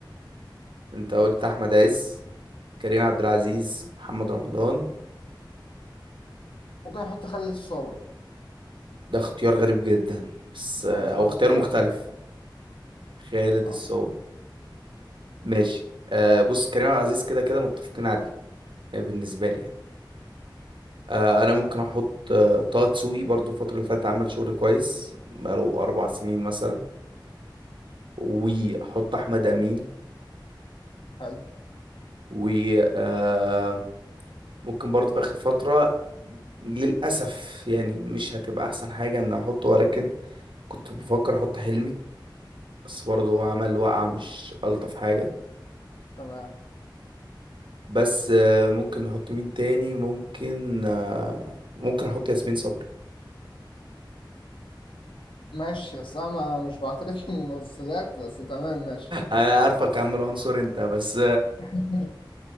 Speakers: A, on the right (about 75°); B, on the left (about 85°).
A: انت قلت
B: آه،
A: احمد عز كريم عبد العزيز محمد رمضان
B: ممكن نحط خالد الصاوي
A: ده اختيار غريب جدا بس او
B: أه بس أنا
A: اختيار
B: بحب
A: مختلف خالد
B: أه
A: الصاوي ماشي آه بص كريم عبد العزيز كده كده متفقين عليه آه، بالنسبة لي يعني آه أنا ممكن أحط آه طه دسوقي برضو الفترة اللي فاتت عمل شغل كويس بقاله أربع سنين مثلا وأحط أحمد أمين
B: حلو
A: و آه ممكن برضو في آخر فترة للأسف يعني مش هتبقى أحسن حاجة إن أحطه ولكن كنت بفكر أحط حلمي بس برضو هو عمل وقعة مش ألطف حاجة
B: تمام
A: بس آه ممكن نحط مين تاني ممكن آه ممكن أحط ياسمين صبري
B: ماشي بس انا ما- مش بعترف بالممثلات <laughs> بس تمام ماشي
A: انا عارفك يا عم العنصر انت بس
B: <laughs>